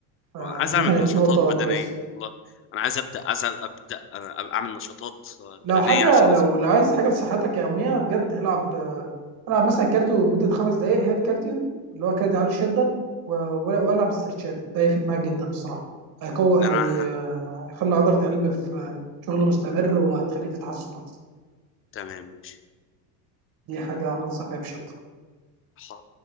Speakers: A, on the right (about 45°); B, on the left (about 30°).
A: آه،
B: أنا عايز
A: دي
B: اعمل
A: كانت
B: نشاطات
A: نقطه
B: بدنيه
A: كويسه
B: والله انا عايز ابدا عايز ابدا أنا اعمل نشاطات آه،
A: لو
B: بدنيه
A: حاجه
B: عشان
A: لو
B: أظهر
A: لو عايز حاجه لصحتك يوميه بجد العب آه، العب مثلا كارديو لمده خمس دقائق هيت كارديو اللي هو كارديو عالي الشده و- ولا- والعب استرتشات ده هيفيد معاك جدا الصراحه هيقوي
B: ان انا
A: هي-
B: ه-
A: آه، هيخلي عضله القلب في آه، شغل مستمر وهتخليك في تحسن أكتر.
B: تمام ماشي
A: دي حاجه انا انصح بيها بشده
B: ح-